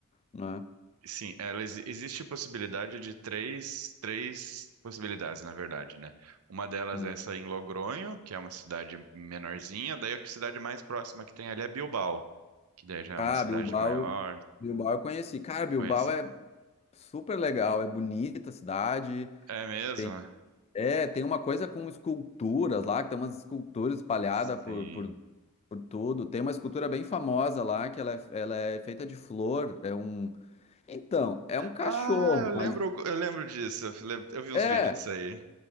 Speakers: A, on the left; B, on the right.
A: né?
B: sim, ela, exi- existe possibilidade de três, três possibilidades, na verdade, né? Uma delas
A: Hum.
B: é essa em Logronho, que é uma cidade menorzinha, daí a cidade mais próxima que tem ali é Bilbao, que daí já é
A: Ah,
B: uma cidade
A: Bilbao,
B: maior,
A: Bilbao eu conheci. Cara, Bilbao
B: conhece?
A: é super legal, é bonita a cidade,
B: É mesmo?
A: tem é, tem uma coisa com esculturas lá, que tem umas esculturas espalhadas
B: Sim.
A: por, por Por tudo. Tem uma escultura bem famosa lá, que ela é, ela é feita de flor. É um. Então, é um cachorro,
B: Ah, eu lembro,
A: mas.
B: eu lembro disso. Eu lembro- eu vi uns
A: É,
B: vídeos disso aí.